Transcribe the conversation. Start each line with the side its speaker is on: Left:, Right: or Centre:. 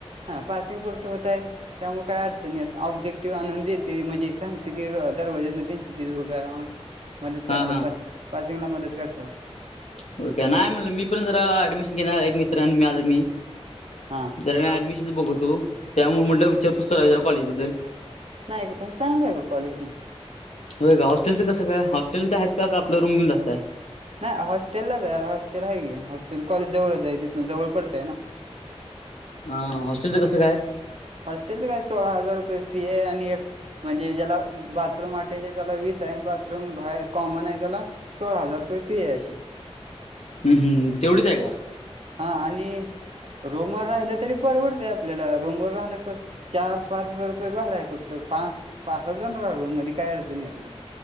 Right: हा पासिंग पुरतं होतंय. त्यामुळे काय अडचण येत, ऑब्जेक्टिव्ह आणून देते म्हणजे सांगती ती दरवाजेतनं तेन <unintelligible> मदत करतात
Left: हा हा
Right: पाि पासिंगला मदत करतात.
Left: <unintelligible> नाही म्हणलं मी पण जरा ऍडमिशन घेणार एक मित्र आणि माझं मी.
Right: हा.
Left: जरा म ऍडमिशन् बघतो, त्यामुळे म्हटलं विचारपूस कराच जरा कॉलेजबद्दल.
Right: नाही <unintelligible> तसं चांगलं आहे ग कॉलेजी.
Left: होय का हस्टेलं कसं काय हॉस्टेल ते आहेत का आपला रूम घेऊन राहताय.
Right: नाही हॉस्टेलला जाऊया का हॉस्टेल आहे की हॉस्टेल कॉलेज जवळचाय तिथं जवळ पडतंय ना.
Left: हा, हॉस्टेलचं कसं काय?
Right: हॉस्टेलच काय सोळा हजार रुपये फी आहे आणि एक म्हणजे ज्याला बाथरूम अटॅच आहे त्याला वीस आहे बाथरूम बाहेर कॉमन आहे त्याला सोळा हजार रुपये फी आहे अशी.
Left: हम् हम्, तेवढीच आहे का?
Right: हा आणि रूमवर राहिलं तरी परवडतंय आपल्याला रूमवर राहण्यासं, चार-पाच हजार रुपये भाड आहे बघं फक्त पाच-पाच सहा जण रहा रूममध्ये काय अडचण येत नाही.